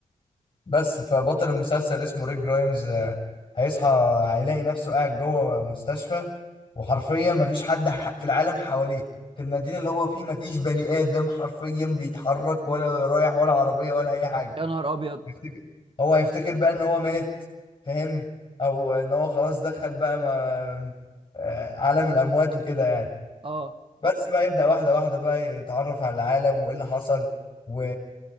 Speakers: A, on the left; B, on the right.
A: بس فبطل المسلسل اسمه ريك جرايمز آه، هيصحى هيلاقي نفسه قاعد جوه مستشفى وحرفيا مفيش حد ح- في العالم حواليه في المدينة اللي هو فيه مفيش بني آدم حرفيا بيتحرك ولا رايح ولا عربية ولا أي حاجة
B: يا نهار ابيض
A: هيفتكر هو هيفتكر بقى ان هو مات فاهم او ان هو خلاص دخل بقى ما... آه، عالم الاموات وكده يعني.
B: اه
A: بس بقى يبدأ واحدة واحدة بقى يتعرف على العالم وإيه اللي حصل و...